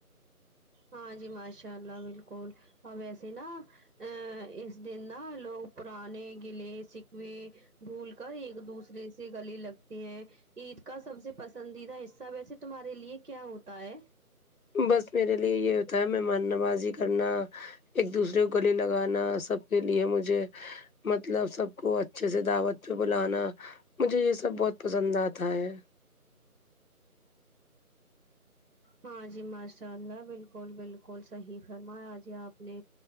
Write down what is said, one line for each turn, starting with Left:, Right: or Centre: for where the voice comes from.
Right: ہاں جی ماشاء اللہ بالکل ویسے نہا اس دن نہ لوگ پرانے گلے شکوے بھول کر ایک دوسرے سے گلی لگ ہیں عید کا سب سے پسندیدہ حصہ ویسے تمہارے لیے کیا ہوتا ہے
Left: بس میرے لیے یہ ہوتا ہے ممہمان نوازی کرنا ایک دوسرے کو گلے لگانا سب کے لیے مجھے مطلب سب کو اچھے سے دعوت پہ بلانا مجھے یہ سب بہت پسند آتا ہے
Right: ہاں جی ماشاء اللہ بالکل بالکل صحیح فرمایا آ جی آپ نے